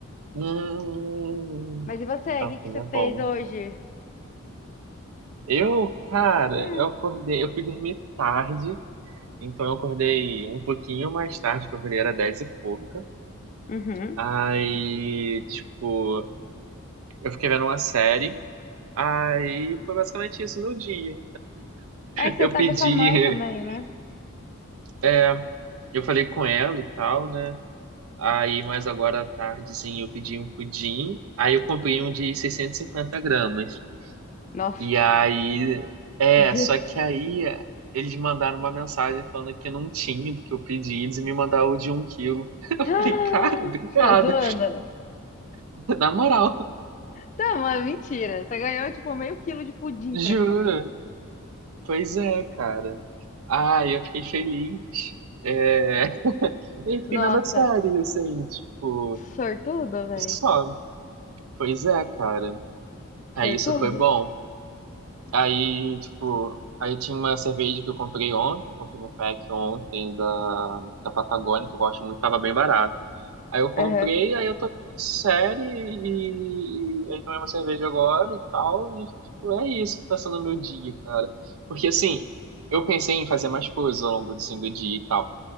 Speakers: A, on the right (about 75°); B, on the left (about 35°).
A: Hum,
B: Mas e você?
A: tá,
B: O que que
A: não
B: você
A: é
B: fez
A: bom.
B: hoje?
A: Eu, cara,
B: Ah,
A: eu acordei, eu fui dormir tarde. Então eu acordei um pouquinho mais tarde, porque eu acordei era 10 e pouca.
B: Uhum.
A: Aí, tipo, eu fiquei vendo uma série. Aí foi basicamente isso meu dia.
B: É que você
A: Eu
B: tá
A: pedi,
B: com a sua mãe também,
A: <laughs>
B: né?
A: é, eu falei com ela e tal, né? Aí, mas agora à tardezinha eu pedi um pudim. Aí eu comprei um de 650 gramas.
B: Nossa.
A: E
B: <gasps>
A: aí, é,
B: <laughs> Je-
A: só que aí eles mandaram uma mensagem falando que não tinha do que eu pedi, eles me mandaram o de um quilo. <laughs> Eu
B: Ah,
A: falei, cara, obrigado.
B: Você tá zoando?
A: <laughs> Na moral.
B: Tá, mas mentira. Você ganhou, tipo, meio quilo de pudim,
A: Juro,
B: praticamente.
A: pois é, cara. Ai, eu fiquei feliz. É... <laughs> E fiquei
B: Nossa.
A: vendo a série, assim, tipo,
B: Sortudo, velho.
A: só. Pois é, cara. Aí
B: Sortudo?
A: isso foi bom. Aí, tipo, aí tinha uma cerveja que eu comprei ontem, eu comprei um pack ontem da, da Patagônia, que eu gosto muito, tava bem barato. Aí eu comprei,
B: Aham.
A: aí eu tô vendo série e, e aí tomei uma cerveja agora e tal, e tipo, é isso que tá sendo o meu dia, cara. Porque assim, eu pensei em fazer mais coisas ao longo assim, do dia e tal.